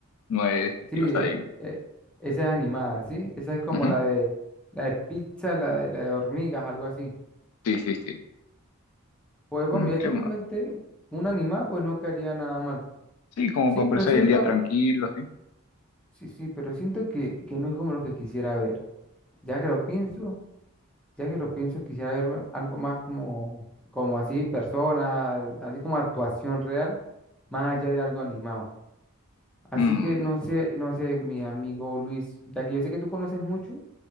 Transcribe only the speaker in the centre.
sí, eh,
eh, esa es animada, ¿sí? Esa es como
la de, la de pizza, la de, la de hormigas, algo así.
Pues bueno,
ya
tengo
en mente una animada, pues no quedaría nada mal.
Sí,
pero siento,
sí, sí, pero siento que, que no es como lo que quisiera ver. Ya que lo pienso, ya que lo pienso, quisiera verme algo más como, como así, persona, así como actuación real, más allá de algo animado. Así
que no sé, no sé, mi amigo Luis, ya que yo sé que tú conoces mucho,